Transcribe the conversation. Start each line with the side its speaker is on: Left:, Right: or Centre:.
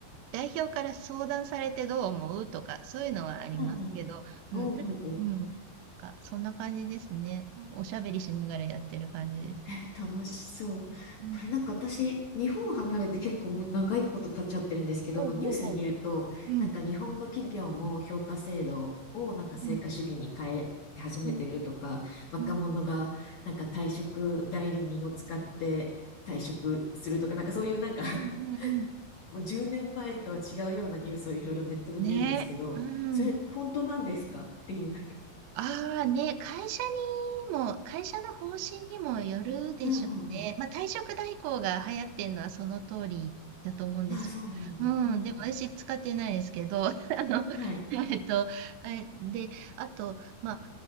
Right: 代表から相談されてどう思うとか、そういうのはありますけど、
Left: うんうんうん。
Right: うん、
Left: おーおーおー
Right: なんか、うん、なんかそんな感じですね。おしゃべりしながらやってる感じです。
Left: <laughs> えー楽しそう。
Right: うん、
Left: これなんか私、日本を離れて結構もう長いこと経っちゃってるんですけど、
Right: ほうほうほ
Left: ニュースで見ると、
Right: ううん、
Left: なんか日本の企業も評価制度をなんか成果主義に変えて始めてるとか、
Right: うん、うん、
Left: 若者がなんか退職代理人を使って退職するとか、
Right: うん、
Left: なんかそういうなんか <laughs>
Right: うん、うん、うん
Left: もう10年前とは違うようなニュースをいろいろネットで見るんですけど、
Right: ねえ、うん。
Left: それ本当なんですかっていう。
Right: ああね、会社にも、会社の方針にもよるでしょうね。
Left: うんうんうん。
Right: まあ、退職代行が流行ってるのはその通りだと思うんですよ。
Left: あ、そうなんだ。
Right: うん、
Left: うんうん。
Right: でも私使ってないですけど、<laughs> あの、
Left: はい。
Right: <laughs> えっと、あれで、あと、まあ、